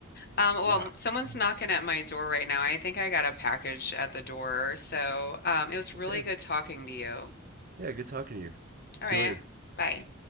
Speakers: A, on the left; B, on the right.
A: Um, well,
B: Yeah.
A: m- someone's
B: Mm,
A: knocking at my door right now. I think I got a package at the door. So, um, it was really
B: okay.
A: good talking to you.
B: Yeah, good talking to you.
A: All
B: See
A: right.
B: you later.
A: Bye.